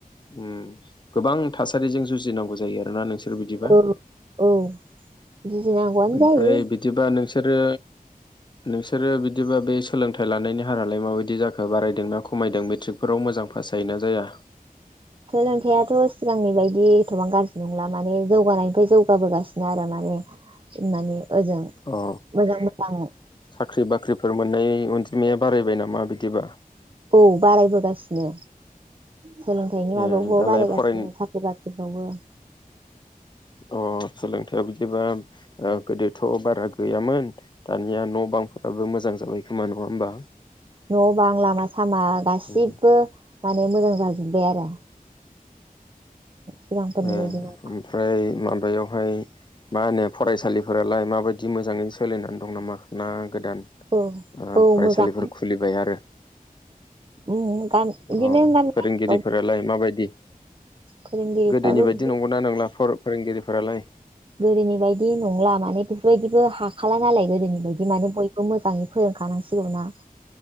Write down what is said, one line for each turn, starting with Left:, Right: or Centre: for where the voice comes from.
Left: ओम गोबां थासारिजों जुजिनांगौ जायो आरोना नोंसोर सोर बिदिबा।
Right: औ औ जुजिनांगौआनो
Left: ओमफ्राय
Right: जायो
Left: बिदिबा नोंसोरो नोंसोरो बिदिबा बे सोलोंथाइ लानायनि हारालाय माबायदि जाखो बारायदोंना खमायदों मेट्रिकफोराव मो मोजां फास जायोना जाया?
Right: सोलोंथाइयाथ' सिगांनि बायदि इसेबां गाज्रि नंला माने जौगानायनिफ्राय जौगाबोगासिनो आरो माने ओ माने ओजों
Left: अ
Right: मोजां मोजां
Left: साख्रि बाख्रिफोर मोननाय अनजिमाया बारायबाय नामा बिदिबा?
Right: औ बारायबोगासिनो सोलोंथाइनि
Left: ए
Right: माबायाव बो
Left: दालाय
Right: बारायगासिनो
Left: फराय
Right: साख्रि बाख्रिफ्रावबो
Left: अ सोलोंथाइया बि दिबा ओ गोदोथ' बारा गैयामोन दानिया न' बांफोराबो मोजां जाबाय खोमा नङा होमबा?
Right: न' बां लामा सामा गासिबो
Left: ओ
Right: माने मोजां जाजोबबाय आरो सिगांफोरनि
Left: ए
Right: बायदि नङा
Left: ओमफ्राय मा बैयावहाय मा होनो फरायसालिफोरालाय माबायदि मोजाङै सोलिनानै दं नामा ना गोदान ओ
Right: औ औ
Left: फरायसालिफोर
Right: मोजां
Left: खुलिबाय आरो?
Right: बिदिनो गामि
Left: औ
Right: गामिफ्राव
Left: फोरोंगिरिफोरालाय माबायदि?
Right: फोरोंगिरिफ्राबो
Left: गोदोनि बायदि
Right: बिद
Left: नंगौना नंला फोरोंगिरिफोरालाय
Right: गोदोनि बायदि नंला माने बेफोरबायदिबो खाला नालाय गोदोनि बायदि माने बयबो मोजाङै फोरोंखानांसिगौना